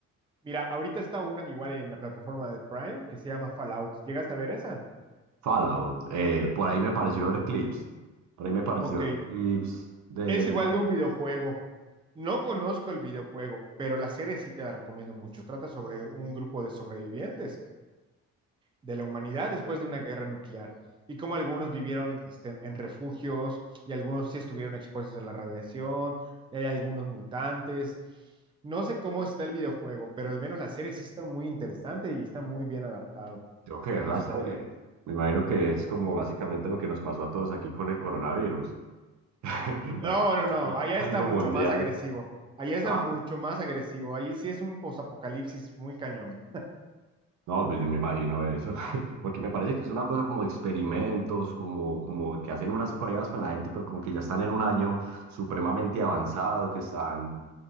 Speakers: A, on the right; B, on the right.
A: Mira, ahorita está una igual en la plataforma de Prime que se llama Fallout. ¿Llegaste a ver esa?
B: Fallout, eh, por ahí me pareció ver clips, por ahí me pareció
A: Ok,
B: ver clips de,
A: es
B: del
A: igual
B: Fallout.
A: de un videojuego. No conozco el videojuego, pero la serie sí te la recomiendo mucho. Trata sobre un grupo de sobrevivientes de la humanidad después de una guerra nuclear y cómo algunos vivieron este, en refugios y algunos sí estuvieron expuestos a la radiación, y hay algunos mutantes. No sé cómo está el videojuego, pero al menos la serie sí está muy interesante y está muy bien adaptado
B: Tengo que ver
A: la
B: la
A: historia.
B: serie. Me imagino que es como básicamente lo que nos pasó a todos aquí con el coronavirus. <laughs>
A: No,
B: Básicamente,
A: no, no. Allá
B: Algo
A: está mucho
B: mundial.
A: más agresivo. Allá está
B: Ah,
A: mucho más agresivo. Ahí sí es un posapocalipsis muy cañón.
B: no, pues yo me imagino eso. <laughs> Porque me parece que es una cosa como de experimentos, como, como que hacen unas pruebas con la gente, pero como que ya están en un año supremamente avanzado, que están,